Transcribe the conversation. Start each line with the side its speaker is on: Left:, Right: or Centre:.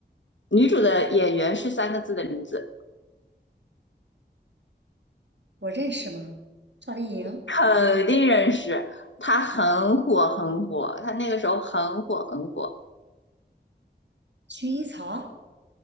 Left: 女主的演员是三个字的名字，
Right: 我认识吗？赵丽颖、
Left: 肯定认识。她很火很火，她那个时候很火很火。
Right: 薰衣草。